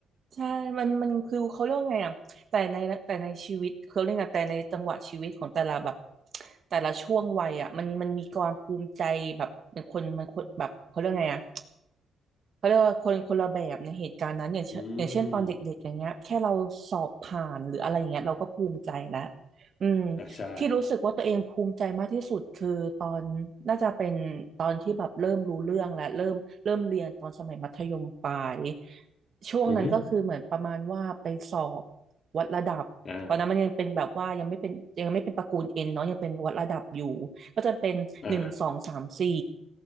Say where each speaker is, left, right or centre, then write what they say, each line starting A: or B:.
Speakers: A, on the right; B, on the left.
A: ใช่มันมันคือเขาเรียกว่าไงอ่ะแต่ในแต่ในชีวิตเขาเรียกไง แต่ในจังหวะชีวิตของแต่ละแบบแต่ละช่วงวัยอ่ะมันมันมีความภูมิใจแบบเป็นคนมันคนแบบเขาเรียกไงอ่ะ เขาเรียกว่าคนคนละแบบในเหตุการณ์นั้นอย่างเช่นอย่างเช่นตอนเด็กๆอย่างเงี้ยแค่เราสอบผ่านหรืออะไรอย่างเงี้ยเราก็ภูมิใจแล้ว
B: อืม
A: อืม
B: อ่าใช่
A: ที่รู้สึกว่าตัวเองภูมิใจมากที่สุดคือตอนน่าจะเป็นตอนที่แบบเริ่มรู้เรื่องและเริ่มเริ่มเรียนตอนสมัยมัธยมปลายช่วงนั้นก็คือเหมือนประมาณว่าไปสอบ
B: อือฮึ
A: วัดระดับตอนนั้นมันยังเป็นแบบว่ายังไม่เป็นยังไม่เป็นตระกูลเอ็นเนาะยังเป็นวัดระดับอยู่
B: อ่า
A: ก็จะเป็นหนึ่งสองสามสี่
B: อ่า